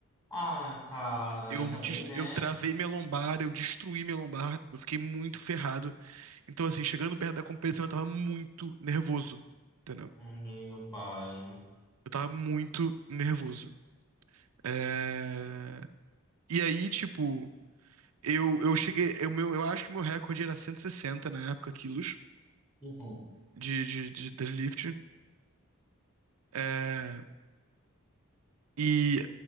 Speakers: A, on the left; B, on the right.
A: Ai, cara,
B: Eu,
A: aí também,
B: dest-
A: né?
B: eu travei minha lombar, eu destruí minha lombar, eu fiquei muito ferrado. Então, assim, chegando perto da competição, eu tava muito nervoso, entendeu?
A: Meu pai.
B: Eu tava muito nervoso. É... E aí, tipo, eu, eu cheguei, eu, meu, eu acho que meu recorde era 160 na época, quilos.
A: <laughs>
B: de, de, de deadlift. É, e